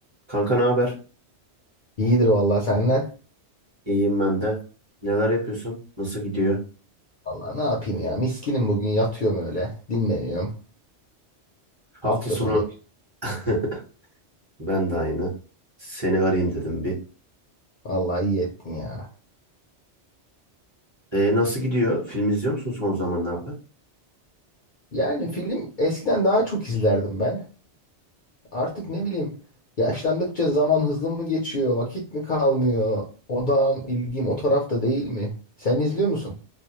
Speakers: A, on the right; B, on the left.
A: Kanka ne haber?
B: İyidir vallahi senden.
A: İyiyim ben de. Neler yapıyorsun? Nasıl gidiyor?
B: Vallahi ne yapayım ya? Miskinim bugün yatıyorum öyle. Dinleniyorum. Hafta
A: Hafta sonu
B: sonu.
A: <laughs> ben de aynı. Seni arayayım dedim bir.
B: Vallahi iyi ettin ya.
A: E, nasıl gidiyor? Film izliyor musun son zamanlarda?
B: Yani film eskiden daha çok izlerdim ben. Artık ne bileyim yaşlandıkça zaman hızlı mı geçiyor? Vakit mi kalmıyor? Odağım, ilgim o tarafta değil mi? Sen izliyor musun?